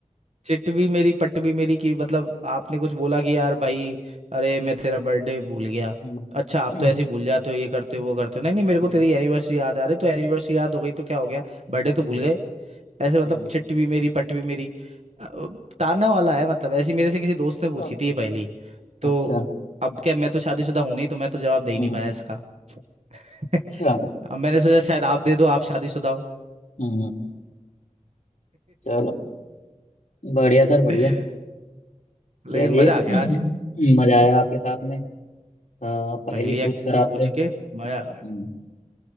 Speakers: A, on the right; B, on the left.
A: चिट भी मेरी पट भी मेरी कि मतलब आपने कुछ बोला कि यार भाई अरे मैं तेरा बर्थडे भूल गया
B: हम्म
A: अच्छा आप
B: हम्म
A: तो ऐसे ही भूल जाते हो ये करते हो वो करते हो नहीं नहीं मेरे को
B: हम्म
A: तेरी एनिवर्सरी याद है अरे तो एनिवर्सरी याद हो गई तो क्या हो गया बर्थडे तो
B: हम्म,
A: भूल गए ऐसे मतलब
B: हम्म।
A: चिट भी मेरी पट भी मेरी अ, ताना वाला है मतलब ऐसी मेरे से किसी दोस्त ने पूछी
B: Okay
A: थी ये
B: okay
A: पहली तो
B: अच्छा
A: अब क्या मैं तो शादीशुदा हूं नहीं तो मैं तो जवाब दे ही
B: हम्म
A: नहीं पाया इसका <laughs>
B: अच्छा हम्म
A: अब मैंने सोचा शायद आप दे दो आप शादीशुदा हो
B: हम्म, हम्म। चलो बढ़िया सर बढ़िया
A: <laughs>
B: चलिए
A: लेकिन मजा आ गया
B: हम्म,
A: आज
B: मजा आया आपके साथ में आ, पहेली
A: पहेलियां
B: पूछ
A: पूछ
B: कर आपसे
A: के मजा आ
B: हम्म,
A: गया